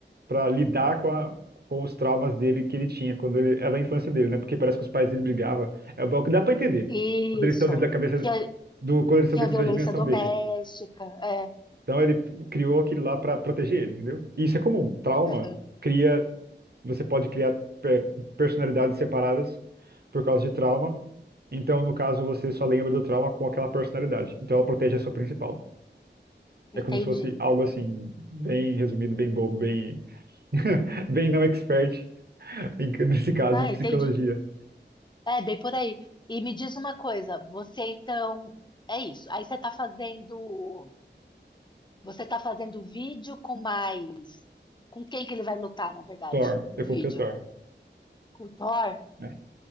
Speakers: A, on the right (about 60°); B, on the left (about 25°).
A: para lidar com, a, com os traumas dele que ele tinha quando ele era da infância dele, né? Porque parece que os pais dele brigavam. É o que dá para entender
B: Isso.
A: quando eles estão dentro da cabeça
B: Tinha,
A: do, quando eles
B: tinha
A: estão dentro
B: violência
A: da dimensão
B: doméstica.
A: dele.
B: É.
A: Então ele criou aquilo lá para proteger ele, entendeu? E isso é comum. Trauma
B: Aham.
A: cria você pode criar pe- personalidades separadas por causa de trauma. Então, no caso, você só lembra do trauma com aquela personalidade. Então, ela protege a sua principal.
B: Entendi.
A: É como se fosse algo assim, bem resumido, bem bobo, bem, <laughs> bem não expert, em- nesse caso
B: Ah,
A: de psicologia.
B: entendi. É, bem por aí. E me diz uma coisa, você então. É isso. Aí você tá fazendo. Você tá fazendo vídeo com mais. Com quem que ele vai lutar, na verdade,
A: Thor,
B: no
A: eu
B: vídeo?
A: coloquei o Thor,
B: Com o Thor?
A: né?